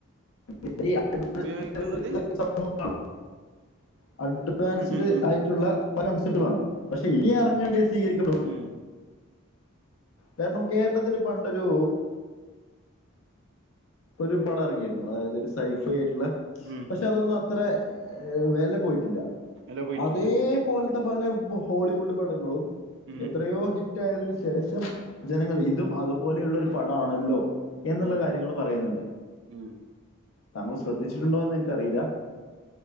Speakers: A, on the left; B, on the right.
A: <unintelligible>
B: ഉപയോഗിക്കുന്നത്
A: അഡ്വാൻസ്ഡ്
B: ഉം ഉം ഉം
A: ആയി ള്ള പലസ്ബ്ദങ്ങളാണ് പക്ഷെ ഇനി അറിഞ്ഞാ സ്വീകരിക്കപ്പെടുമോ
B: ഉം
A: കാരണം കേരളത്തില് പണ്ടൊരൂ ഒരു പടം ഇറങ്ങിയിരുന്നു അതായത് ഒരു സൈഫ ആയിട്ടുള്ള
B: ഉം
A: ച്ച് അതൊന്നും അത്ര വെല പോയിട്ടില്ല
B: ഇല പോയിട്ടില്ല
A: അതേ ഇപ്പോലത്തെ പല ഹോളിവുഡ് പടങ്ങളും
B: ഉം
A: എത്രയോ ഹിറ്റ് ഹിറ്റായതിനുശേഷം ജനങ്ങൾ ഇതും അതുപോലെയുള്ളൊരു പടാണല്ലോ എ ന്നുള്ള
B: ഉം
A: കാര്യങ്ങൾ പറയുന്നുണ്ട്
B: ഉം
A: താങ്കൾ ശ്രദ്ധിച്ചിട്ടുണ്ടോ എന്ന് എനക്കറീല്ല